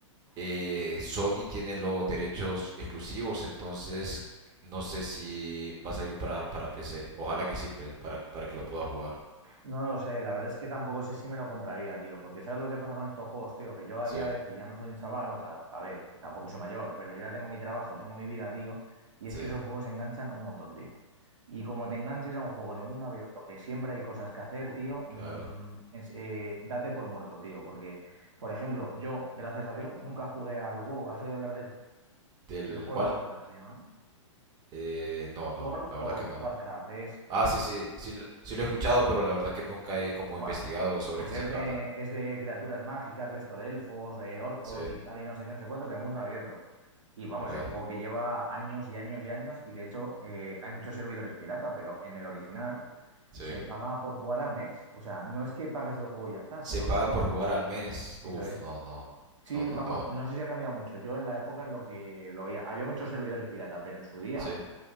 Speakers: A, on the right; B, on the right.
A: eh, Sony tiene los derechos exclusivos, entonces no sé si va a salir para, para PC. Ojalá que sí, pues, para, para que lo pueda jugar.
B: No lo sé, la verdad es que tampoco sé si me lo compraría, tío, porque ¿sabes lo que pasa con estos juegos, tío? Que yo a
A: Sí,
B: día de hoy ya no soy un chaval, o sea, a ver, tampoco soy mayor, pero yo ya tengo mi trabajo, tengo mi vida, tío, y
A: sí,
B: es que esos juegos enganchan un montón, tío. Y como te enganches a un juego de mundo abierto, que siempre hay cosas que hacer, tío, mm,
A: claro.
B: es- eh, date por muerto, tío, porque, por ejemplo, yo, gracias a Dios, nunca jugué al WoW, ¿has oído hablar de él?
A: ¿Del
B: El World
A: cuál?
B: of Warcraft se llama, ¿no?
A: Eh, no,
B: World
A: no, la
B: of
A: verdad que no.
B: Warcraft, es
A: Ah, sí, sí, sí, lo- sí lo he escuchado, pero la verdad que nunca he como
B: Bueno,
A: investigado sobre
B: pues
A: qué
B: es
A: se trata.
B: de, es de criaturas mágicas, de esto, de elfos, eh, orcos
A: Sí,
B: y tal, y no sé qué, no sé cuánto, de mundo abierto. Y vamos,
A: ok,
B: es un juego que lleva años y años y años, y de hecho eh, hay muchos servidores pirata, pero en el original
A: sí.
B: se paga por jugar al mes. O sea, no es que pagues el juego y ya está,
A: Se
B: sino
A: paga
B: que tienes
A: por
B: que...
A: jugar al mes.
B: Eso
A: Uf,
B: es.
A: no, no,
B: Sí,
A: no, no,
B: vamos,
A: no.
B: no sé si ha cambiado mucho. Yo en la época en lo que lo oía, había muchos servidores pirata, pero en su día
A: Sí,